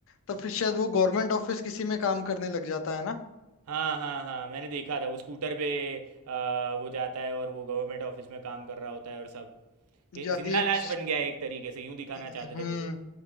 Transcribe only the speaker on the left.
तब फिर शायद वो गवर्नमेंट ऑफिस किसी में काम करने लग जाता है ना
यार
एक
हम्म